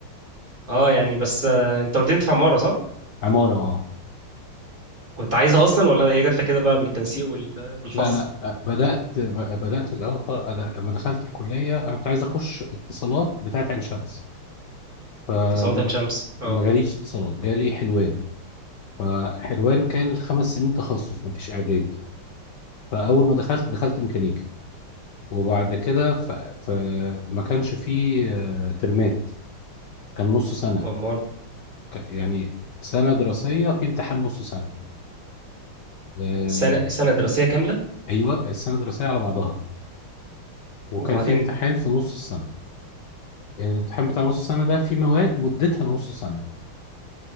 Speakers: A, on the right (about 25°); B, on the left (about 60°).
A: اه يعني بس آه، انت قلت لي انت في عماره صح
B: عماره اه
A: كنت عايزها اصلا ولا هي جات لك كده بقى بالتنسيق وبالحظ
B: لا انا بدات بدات الاول خالص أنا لما دخلت الكليه انا كنت عايز اخش اتصالات بتاعت عين شمس فما
A: تساوي عين شمس اه
B: جاليش اتصالات جالي حلوان فحلوان كان الخمس سنين تخصص ما فيش اعدادي فاول ما دخلت دخلت ميكانيكا وبعد كده ف... فما كانش فيه آه، ترمات كان نص سنه
A: امال
B: ك- يعني سنه دراسيه في امتحان نص سنه آه،
A: سنه سنه دراسيه كامله
B: ايوه السنه الدراسيه على بعضها وكان
A: وبعدين
B: في امتحان في نص السنه الامتحان بتاع نص السنة ده في مواد مدتها نص سنة